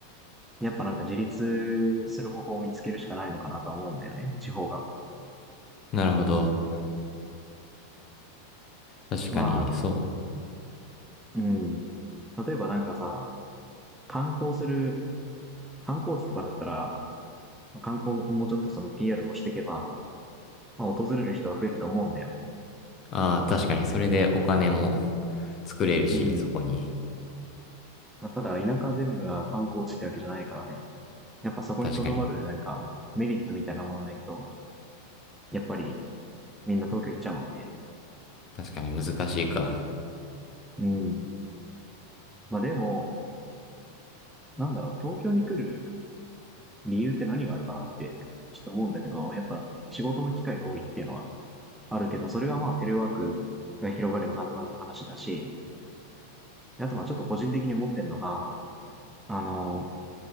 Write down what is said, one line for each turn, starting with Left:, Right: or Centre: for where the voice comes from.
Centre: やっぱなんか自立する方法を見つけるしかないのかなとは思うんだよね、地方が。
Left: なるほど。確かに、
Centre: まあ、
Left: そう。
Centre: うん。例えばなんかさ、観光する、観光地とかだったら、観光もうちょっとその PR をしていけば、まあ、訪れる人は増えると思うんだよ。
Left: ああ、確かに、それでお金も <laughs> 作れるし、
Centre: うん。
Left: そこに。
Centre: まあ、ただ、田舎全部が観光地ってわけじゃないからね。やっぱそこにとどまるなんかメリットみたいなものないと、
Left: 確かに。
Centre: やっぱりみんな東京行っちゃうもんね。
Left: 確かに難しいか。
Centre: うん。まあでも、なんだろう、東京に来る理由って何があるかなって、ちょっと思うんだけど、やっぱ仕事の機会が多いっていうのはあるけど、それはまあテレワークが広がればなんとかなる話だし、あとまあちょっと個人的に思ってるのが、あの、